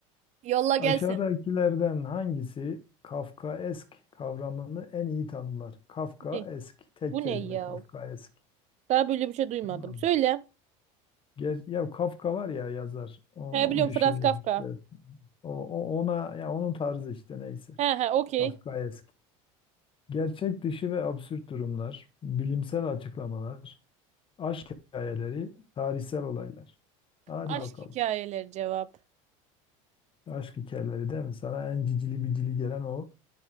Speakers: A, on the right (about 45°); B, on the left (about 30°).
A: Yolla gelsin.
B: Aşağıdakilerden hangisi Kafkaesk kavramını en iyi tanımlar? Kafkaesk
A: Ne?
B: tek
A: Bu
B: kelime
A: ne ya?
B: Kafkaesk.
A: Daha böyle bir şey duymadım.
B: Tamam.
A: Söyle.
B: Ger ya Kafka var ya yazar. O
A: He biliyorum
B: düşünür
A: Franz Kafka.
B: işte O, o- ona ya onun tarzı işte neyse.
A: He he okey.
B: Kafkaesk. Gerçek dışı ve absürt durumlar, bilimsel açıklamalar, aşk hikayeleri, tarihsel olaylar. Hadi
A: Aşk
B: bakalım.
A: hikayeleri cevap.
B: Aşk hikayeleri değil mi? Sana en cicili bicili gelen o.